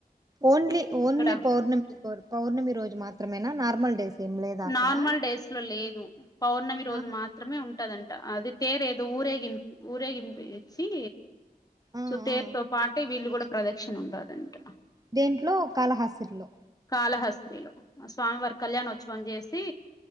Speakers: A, on the right; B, on the left.
A: ఓన్లీ ఓన్లీ
B: ఇక్కడ
A: పౌర్ణమి పౌర్ణమి రోజు మాత్రమేనా నార్మల్ డేస్ ఏం లేదా అక్కడ
B: నార్మల్ డేస్ లో లేదు పౌర్ణమి రోజు
A: ఆహా.
B: మాత్రమే ఉంటదంట అది తేరు ఏదో ఊరేగింపు ఊరేగింపు వేసి
A: ఆ
B: సో తేరుతో
A: ఆ
B: పాటు వీళ్ళు కూడా ప్రదక్షిణ ఉండదంట
A: దేంట్లో కాళహాసిరులో
B: కాలహస్తీలు స్వామివారి కళ్యాణోత్సవం చేసి